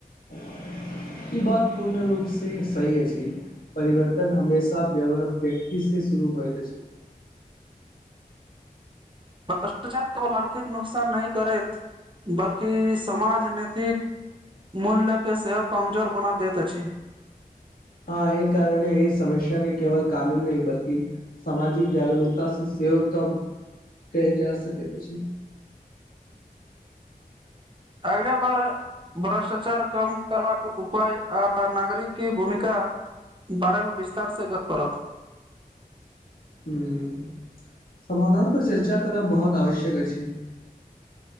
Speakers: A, on the left; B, on the right.
A: <inaudible> ई बात पूर्ण रूप से सही अछि परिवर्तन हमेशा वेय व्यक्ति से शुरू होइत अछि
B: भ्रष्टाचार केवल अर्थिक नुकसान नैय करैत बल्कि समाज नेतिक मूल्य के सेहो कमजोर बना देत अछि
A: हं एहि कारणे इ समस्या के केवल कानून नही बल्कि सामजिक जागरूकता से सेहो कम कैल जा सकैत अछि
B: अंगना बारअ भ्रष्टाचार कम करबाक उपाय आ नागरिक के भूमिका बारअ गो विस्तार से गप करब
A: हूँ समाधान पर चर्चा करब बहुत आवश्यक अछि